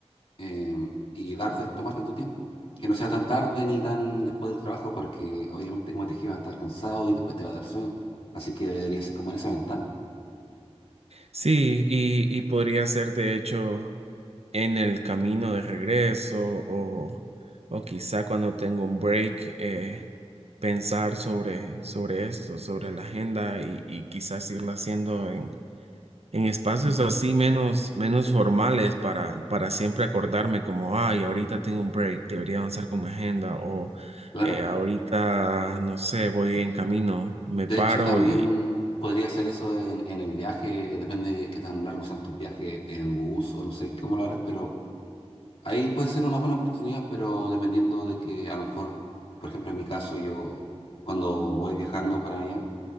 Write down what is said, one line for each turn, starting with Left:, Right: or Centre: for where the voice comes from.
Left: eh, y darte, tomarte tu tiempo. Que no sea tan tarde ni tan después del trabajo porque obviamente como te dije vas a estar cansado y después te va a dar sueño. Así que debería ser como en esa ventana.
Right: Sí, y, y podría ser de hecho en el camino de regreso o, o quizá cuando tengo un break, eh, pensar sobre, sobre esto, sobre la agenda y, y quizás irla haciendo en espacios así menos, menos formales para, para siempre acordarme como, ay, ahorita
Left: Ujú.
Right: tengo un break, debería avanzar con mi agenda o
Left: Claro.
Right: eh, ahorita, no sé, voy en camino, me
Left: De
Right: paro
Left: hecho, también
Right: y,
Left: podría ser eso en, en el viaje, depende de qué tan largos sean tus viajes en bus o no sé cómo lo harás, pero ahí puede ser una buena oportunidad, pero dependiendo de que a lo mejor, por ejemplo, en mi caso, yo cuando voy viajando para allá,